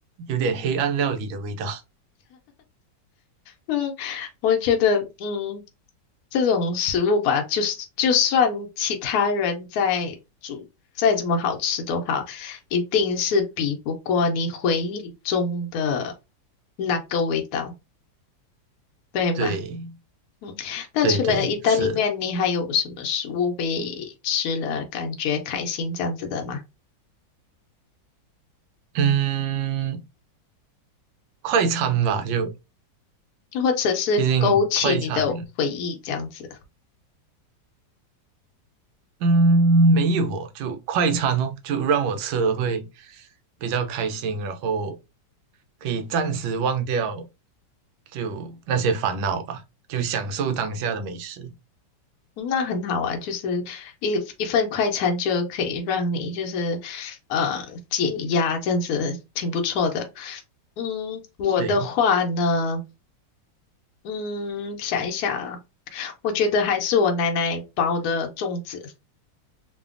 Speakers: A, on the right (about 85°); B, on the left (about 70°).
A: 有点黑暗料理的味道。
B: 嗯，我觉得嗯，这种食物吧，就是就算其他人在煮再怎么好吃都好，一定是比不过你回忆中的那个味道，对吗？
A: 对，
B: 嗯，那除了意大利面，
A: 对对，是，
B: 你还有什么食物会吃了感觉开心这样子的吗？
A: 嗯，快餐吧，就
B: 或者是勾起你的回忆这样子，
A: 毕竟快餐。嗯，没有哦，就快餐哦，就让我吃了会比较开心，然后可以暂时忘掉就那些烦恼吧，就享受当下的美食。
B: 嗯那很好啊。就是一一份快餐就可以让你就是呃解压，这样子挺不错的。嗯，我的话呢，
A: 对，
B: 嗯，想一想啊，我觉得还是我奶奶包的粽子。